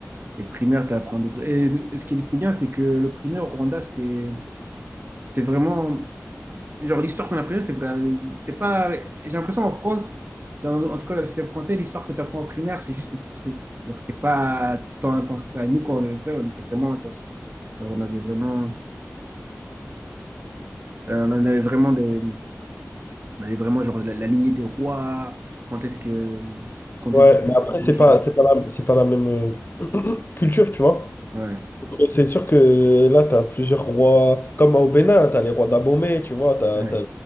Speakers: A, on the right; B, on the left.
A: Et le primaire, tu apprends des trucs. Et ce qui était bien, c'est que le primaire au Rwanda, c'était C'était vraiment. Genre, l'histoire qu'on apprenait, c'était vra- c'était pas. J'ai l'impression en France, dans- en tout cas dans le système français, l'histoire que tu apprends en primaire, c'est juste des petits trucs. Genre, c'était pas tant intense que ça. Et nous, quand on faisait ça, on était vraiment intense. Genre, on avait vraiment. Euh, on en avait vraiment des, on avait vraiment genre la, la lignée des rois. Quand est-ce que, quand
B: Ouais,
A: est-ce qu'ils
B: mais après,
A: ont
B: c'est
A: changé?
B: pas, c'est pas la, c'est pas la même euh, <clears throat> culture, tu vois.
A: Ouais,
B: Et C'est sûr que là, tu as plusieurs rois, comme au Bénin, tu as les rois d'Abomey, tu vois, tu as,
A: ouais.